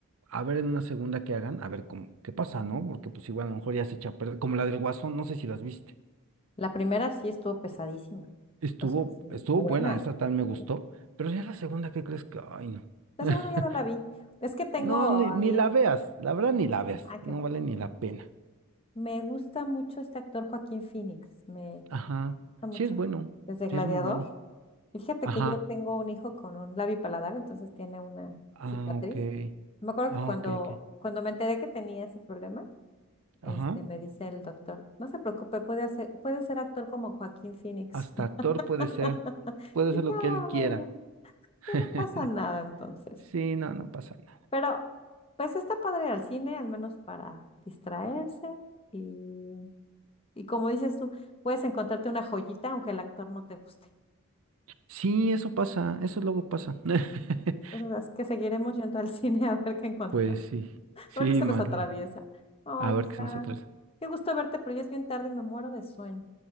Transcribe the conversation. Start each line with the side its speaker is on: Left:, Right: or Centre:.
Right: a ver en una segunda que hagan, a ver cómo, qué pasa, ¿no? Porque pues igual a lo mejor ya se echa a perder, como la del Guasón, no sé si las viste.
Left: La primera sí estuvo pesadísima.
Right: Estuvo,
Left: O sea, sí,
Right: estuvo
Left: buena.
Right: buena, esa tan me
Left: Sí.
Right: gustó, pero ya la segunda, ¿qué crees que? Ay, no.
Left: La
Right: <laughs>
Left: segunda ya no la vi. Es que tengo
Right: No, ni, ni
Left: ahí
Right: la
Left: un.
Right: veas, la verdad ni la veas,
Left: Ah, qué
Right: no
Left: bueno.
Right: vale ni la pena.
Left: Me gusta mucho este actor Joaquín Phoenix. Me
Right: Ajá,
Left: gusta mucho.
Right: sí es bueno,
Left: Desde Gladiador.
Right: sí es muy bueno.
Left: Fíjate
Right: Ajá,
Left: que yo tengo un hijo con un labipaladar, entonces tiene una
Right: ah,
Left: cicatriz.
Right: ok,
Left: Me acuerdo
Right: ah,
Left: que cuando,
Right: ok, ok.
Left: cuando me enteré que tenía ese problema, este,
Right: Ajá,
Left: me dice el doctor, no se preocupe, puede hacer, puede ser actor como Joaquín Phoenix.
Right: hasta
Left: <laughs>
Right: actor puede ser, puede
Left: Y dije,
Right: ser lo
Left: ah,
Right: que él quiera.
Left: bueno,
Right: <laughs>
Left: que no pasa nada entonces.
Right: Sí, no, no pasa nada.
Left: Pero, pues está padre ir al cine, al menos para distraerse. Y, y como dices tú, puedes encontrarte una joyita aunque el actor no te guste.
Right: Sí, eso pasa, eso luego pasa. <laughs>
Left: Entonces, así que seguiremos yendo al cine <laughs> a ver qué encontramos.
Right: Pues sí, sí,
Left: Porque se
Right: Maxi.
Left: los atraviesa. Oye,
Right: A ver
Left: Isaac,
Right: qué son nos atrasa.
Left: qué gusto verte, pero ya es bien tarde y me muero de sueño.